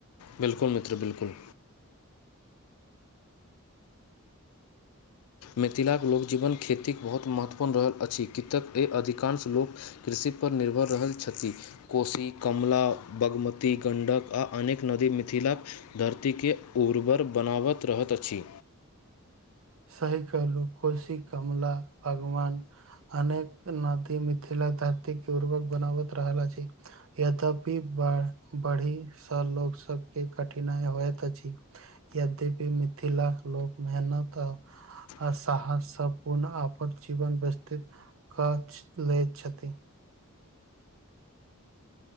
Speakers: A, on the left (about 85°); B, on the right (about 65°).
A: बिलकुल मित्र बिलकुल मिथिलाक लोकजीवन खेतीक बहुत महत्वपूर्ण रहल अछि केतैक ए अधिकांश लोक कृषि पर निर्भर रहल छथि कोशी कमला बागमती गंडक आ अनेक नदी मिथिलाक धरतीके उर्वर बनाबत रहत अछि
B: सही कलहु कोशी कमला भगवान अनेक नदी मिथिला धरती के उूर्वक बनाबत रहल आ छि यद्यपि बाढ़ बढ़ी स लो सब के कठिनाई होइत अछि यद्यपि मिथिला लोक मेहनत अ
A: <inaudible>
B: आ साहसब पुनः आपन जीवन व्यस्थित कछ लै छथि